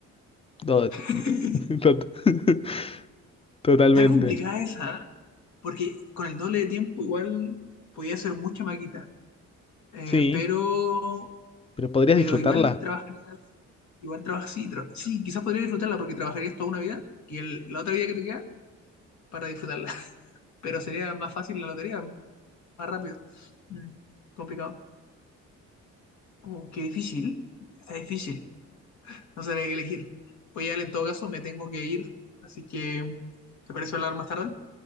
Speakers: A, on the left; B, on the left.
A: Do-
B: <laughs>
A: <laughs> tot- <laughs> totalmente,
B: Está complicada esa, ¿ah? porque con el doble de tiempo igual podía hacer mucha maquita, Eh,
A: sí,
B: pero,
A: pero podrías
B: pero
A: disfrutarla.
B: igual trabajarías, igual trabajas, sí, tra- sí, quizás podrías disfrutarla porque trabajarías toda una vida y el- la otra vida que te queda para disfrutarla, <laughs> pero sería más fácil la lotería, más rápido. Mm, complicado. Oh, qué difícil, está difícil, no sabría qué elegir. Oye, Ale, en todo caso me tengo que ir, así que ¿te parece hablar más tarde?